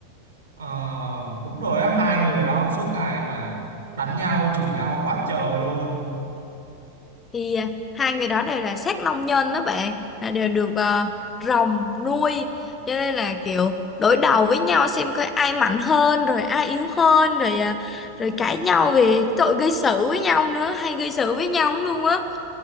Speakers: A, on the right; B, on the left.
A: ờ, đúng rồi á hai người đó suốt ngày mà đánh nhau chửi nhau quá trời luôn
B: Thì à, hai người đó đều là sát nông nhân đó bạn, là đều được à, rồng nuôi cho nên là kiểu đối đầu với nhau xem coi ai mạnh hơn rồi ai yếu hơn rồi à, rồi cãi nhau về tội gây sự với nhau nữa hay gây sự với nhau lắm luôn á.